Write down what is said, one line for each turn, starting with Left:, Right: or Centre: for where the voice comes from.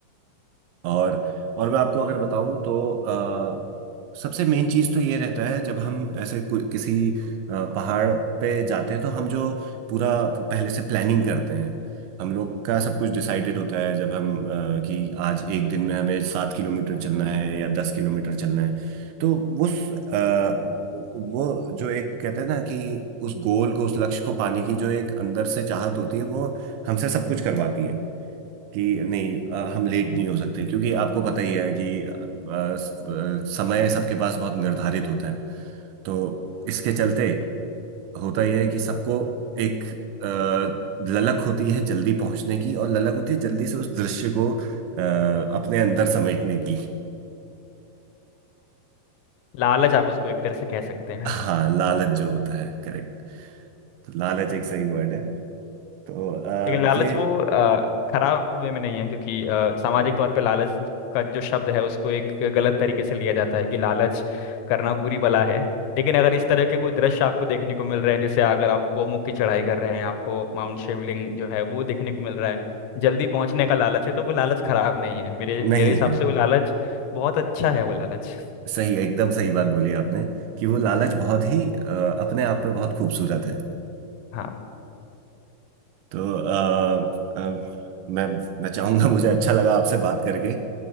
Right: और और मैं आपको अगर बताऊं तो अ, सबसे मेन चीज तो ये रहता है जब हम ऐसे कोई- किसी अ, पहाड़ पे जाते हैं तो हम जो पूरा पहले से प्लानिंग करते हैं हम लोग का सब कुछ डिसाइडेड होता है जब हम अ, कि आज एक दिन में हमें सात किलोमीटर चलना है या दस किलोमीटर चलना है तो उस अ, वो जो एक कहते हैं ना कि उस गोल को उस लक्ष्य को पाने की जो एक अंदर से चाहत होती है वो हमसे सब कुछ करवाती है कि नहीं अ, हम लेट नहीं हो सकते क्योंकि आपको पता ही है कि अ, अ, समय सबके पास बहुत निर्धारित होता है तो इसके चलते होता यह है कि सबको एक अ, ललक होती है जल्दी पहुंचने की और ललक होती है जल्दी से उस दृश्य को अ, अपने अंदर समेटने की
Left: लालच आप उसको एक तरह से कह सकते हैं
Right: हाँ लालच जो होता है करेक्ट तो लालच एक सही वर्ड है तो अ,
Left: लेकिन लालच
Right: ये
Left: वो अ, खराब वे में नहीं है क्योंकि अ, सामाजिक तौर पे लालच का जो शब्द है उसको एक गलत तरीके से लिया जाता है कि लालच करना बुरी बला है लेकिन अगर इस तरह के कोई दृश्य आपको देखने को मिल रहे हैं जैसे अगर आप गोमुख की चढ़ाई कर रहे हैं आपको माउंट शिवलिंग जो है वो देखने को मिल रहा है जल्दी पहुंचने का लालच है तो वो लालच खराब नहीं है मेरे
Right: नहीं
Left: मेरे हिसाब
Right: है
Left: से वो लालच बहुत अच्छा है वो लालच
Right: सही एकदम सही बात बोली आपने कि वो लालच बहुत ही अ, अपने आप में बहुत खूबसूरत है
Left: हाँ
Right: तो अ, अ, मैं मैं चाहूंगा मुझे अच्छा लगा आपसे बात करके